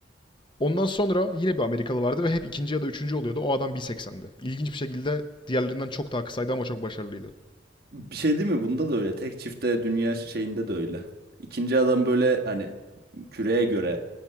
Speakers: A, on the left (about 25°); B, on the right (about 55°).
A: Ondan sonra yine bir Amerikalı vardı ve hep ikinci ya da üçüncü oluyordu. O adam 1.80'di. İlginç bir şekilde diğerlerinden çok daha kısaydı ama çok başarılıydı.
B: Bir şey değil mi? Bunda da öyle. Tek çifte dünya şeyinde de öyle. İkinci adam böyle hani küreye göre